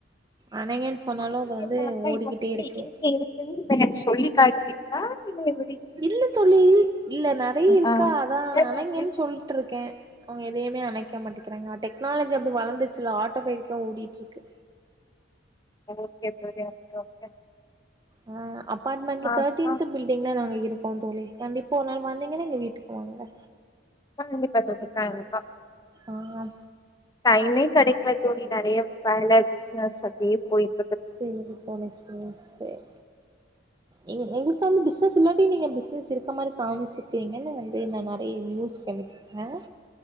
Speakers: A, on the right; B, on the left.
A: அணைங்கன் சொன்னாலு
B: ஹாஸ்பிட்டல்ல
A: அது வந்து
B: வந்தா
A: ஓடிக்கிட்டே
B: இப்ப உங்ககிட்ட
A: இருக்கு
B: ஏ சி இருக்குன்னு இப்ப எனக்கு சொல்லி காட்டுறீங்களா இல்ல எப்டி
A: இல்ல தோழி இல்ல நறைய இருக்கா
B: ஆ
A: அதான்
B: ஏக்கம்
A: அணைங்கன்
B: ஏக்கம்.
A: சொல்ட்டு இருக்க அவங்க எதையுமே அணைக்க மாட்டேகிறாங்க டெக்னாலஜி அப்படி வளர்ந்து சில ஆட்ட பேடிக்கா ஓடிட்டுருக்கு
B: ஓகே தோழி ஓகே ஓகே
A: ம் அப்பார்ட்மெண்ட்ல
B: ஆ
A: தேர்டீ்ன்த்
B: ஆ
A: பில்டிங்ல நாங்க இருக் கோ தோழி கண்டிப்பா ஒரு நாள் வந்தீங்கன்னா எங்க வீட்டுக்கு வாங்க
B: கண்டிப்பா தோழி கண்டிப்பா
A: ஆ
B: டைமே கடைக்கல தோழி நறைய வேல பிஸ்னஸ் அப்டியே போயிட்
A: செரி தோழி செர் செர் எ எங்களுக் காந்து பிஸ்னஸ் இல்லாட்டியும் நீங்க பிஸ்னஸ் இருக்க மாரி காமிச்சுக்கிறீங்கன்னு வந்து நான் நறைய நியூஸ் கேள்விப்பட்ட